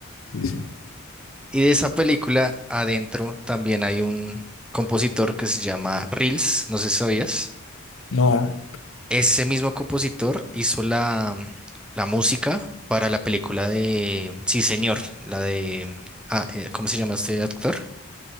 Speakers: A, on the left; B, in the centre.
A: Sí, sí.
B: Y de esa película adentro también hay un compositor que se llama Reels, no sé si sabías.
A: No,
B: Ese mismo compositor hizo la, la música para la película de Sí, señor, la de... Ah, eh, ¿cómo se llama este actor?